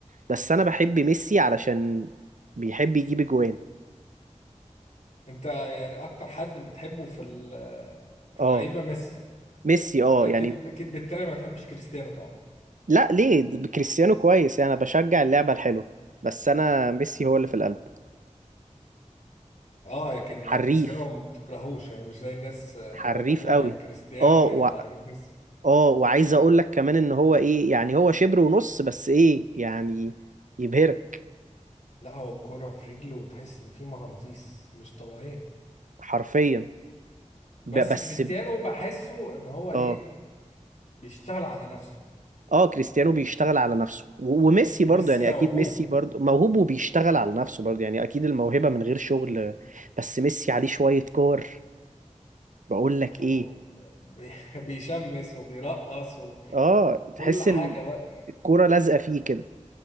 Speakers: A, on the right (about 80°); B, on the left (about 65°).
A: بس انا بحب ميسي علشان بيحب يجيب اجوان
B: انت يعني اكتر حد بتحبه في ال- في
A: اه
B: اللعيبة ميسي
A: ميسي اه
B: اكيد
A: يعني
B: اكيد بالتالي ما تحبش كريستيانو طبعا
A: لا ليه ده كريستيانو كويس يعني انا بشجع اللعبة الحلوة بس انا ميسي هو اللي في القلب
B: اه لكن
A: حريف
B: كريستيانو ما بتكرهوش يعني مش زي الناس آه،
A: حريف
B: يقول لك لا
A: قوي
B: يا كريستيانو
A: اه و...
B: يا يا ميسي
A: اه وعايز اقول لك كمان ان هو ايه يعني هو شبر ونص بس ايه يعني يبهرك
B: لا هو الكرة في رجله وتحس ان في مغناطيس مش طبيعية
A: حرفيا
B: بس
A: ب... بس
B: كريستيانو
A: ب-
B: بحسه ان هو ايه
A: اه
B: بيشتغل على نفسه
A: اه كريستيانو بيشتغل على نفسه و- وميسي برضه
B: ميسي
A: يعني
B: موهوب
A: اكيد ميسي برضه موهوب وبيشتغل على نفسه برضه يعني اكيد الموهبة من غير شغل بس ميسي عليه شوية كور بقول لك
B: لا
A: ايه
B: هو بي- <laughs> بيشمس وبيرقص
A: اه
B: وكل
A: تحس
B: حاجة
A: ان
B: لا
A: الكورة لازقة فيه كده